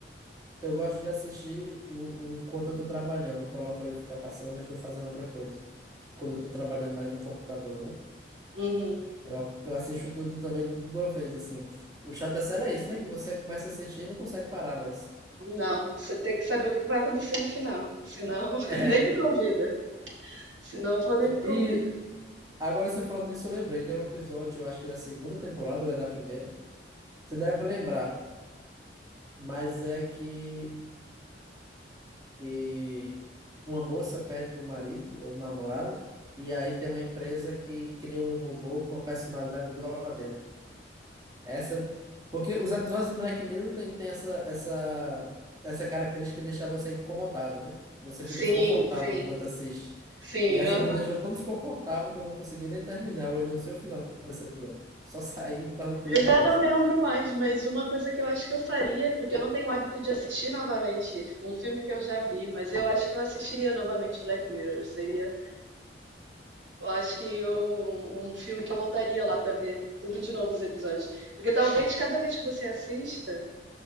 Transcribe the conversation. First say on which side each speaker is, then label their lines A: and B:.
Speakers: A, on the right; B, on the right.
A: Eu gosto de assistir em- enquanto eu tô trabalhando. Eu coloco ele ficar passando e eu fico fazendo outra coisa. Quando eu tô trabalhando mais no computador, né?
B: Uhum.
A: Eu, eu assisto tudo também, tudo de uma vez, assim. O chato da série é isso, né? Que você começa a assistir e não consegue parar mais. <laughs>
B: Não, você tem que saber o que vai acontecer no final. Senão, <laughs>
A: É.
B: nem me convida. Se não for, nem me convida.
A: E agora você falando disso, eu lembrei. Tem um episódio, eu acho que da segunda temporada ou é da primeira. Você deve lembrar. mas é que, que uma moça perde o marido ou o namorado, e aí tem uma empresa que cria um robô com uma personalidade igual a dele. Essa, porque os episódios de Black Mirror tem, tem essa, essa, essa característica de deixar você incomodado, né? Você fica
B: Sim,
A: desconfortável
B: sim,
A: enquanto assiste.
B: sim,
A: E essa
B: aham.
A: me deixou tão desconfortável que eu não consegui nem terminar. Eu ainda não sei o final desse episódio. Só saí para pular
B: Eu
A: pro
B: já
A: próximo.
B: não lembro mais, mas uma coisa que eu acho que eu faria, porque eu não tenho o hábito de assistir novamente um filme que eu já vi, mas eu acho que eu assistiria novamente Black Mirror. Seria, eu acho que um, um filme que eu voltaria lá pra ver tudo de novo os episódios. Porque talvez cada vez que você assista,